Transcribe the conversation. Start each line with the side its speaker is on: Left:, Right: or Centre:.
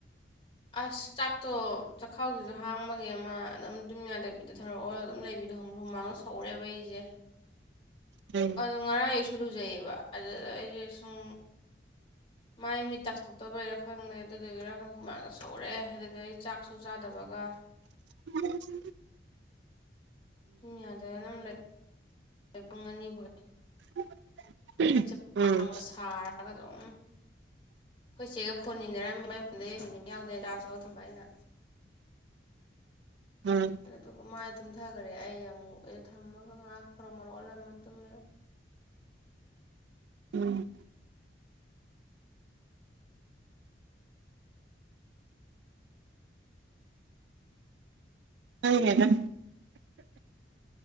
Left: ꯑꯁ ꯆꯥꯛꯇꯣ ꯆꯥꯛꯈꯥꯎꯁꯤꯁꯨ ꯍꯥꯡꯕꯒꯤ ꯑꯃ ꯑꯗꯨꯝ ꯇꯨꯝ ꯌꯥꯗꯕꯤꯗꯨ ꯊꯧꯔꯣ ꯑꯣꯂ ꯑꯗꯨꯝ ꯂꯩꯕꯤꯗꯣ ꯈꯪꯕ꯭ꯔꯥ ꯍꯨꯃꯥꯡꯒ ꯁꯧꯔꯦꯕ ꯑꯩꯁꯦ
Right: ꯎꯝ
Left: ꯗ ꯉꯔꯥꯡ ꯑꯌꯨꯛꯁꯨ ꯂꯨꯖꯩꯌꯦꯕ ꯑꯗꯨꯗ ꯑꯩꯁꯦ ꯁꯨꯝ ꯃꯥꯏ ꯃꯤꯠ ꯇꯥꯊꯣꯛꯇꯕꯩꯔꯥ ꯈꯪꯗꯦ ꯑꯗꯨꯗꯨꯒꯤꯔ ꯈꯪꯗꯦ ꯍꯨꯃꯥꯡꯅ ꯁꯧꯔꯛꯑꯦ ꯑꯗꯨꯗ ꯑꯩ ꯆꯥꯛꯁꯨ ꯆꯥꯗꯕꯒ
Right: <unintelligible>
Left: ꯄꯨꯡ ꯌꯥꯗ꯭ꯔꯦ ꯑꯗꯨꯝ ꯂꯩ ꯄꯨꯡ ꯑꯅꯤ ꯕꯧ ꯂꯩꯔꯦ
Right: <inaudible>
Left: ꯃꯤꯠꯁꯦ
Right: ꯎꯝ
Left: ꯄꯥꯡꯒ
Right: ꯎꯝ
Left: ꯁꯥꯔꯒ ꯑꯗꯨꯝ ꯑꯈꯣꯏ ꯆꯦꯒ ꯐꯣꯟ ꯅꯤꯅꯔꯝꯃꯤ ꯃꯥꯏ ꯐꯣꯟꯗ ꯌꯦꯡꯕ ꯃꯩ ꯌꯥꯎꯗꯦ ꯆꯥꯔꯖ ꯇꯧꯔ ꯊꯝꯕ ꯑꯩꯅ
Right: ꯎꯝ
Left: ꯑꯗꯨꯒ ꯃꯥꯏ ꯊꯨꯝꯊꯈꯔꯦ ꯑꯩ ꯑꯃꯨꯛ ꯑꯩ ꯊꯝꯃꯒ ꯉꯥꯏꯍꯥꯛ ꯊꯔꯣ ꯃꯔꫭ ꯑꯣꯜꯂ ꯃꯇꯨꯝꯃꯦ
Right: ꯎꯝ <unintelligible>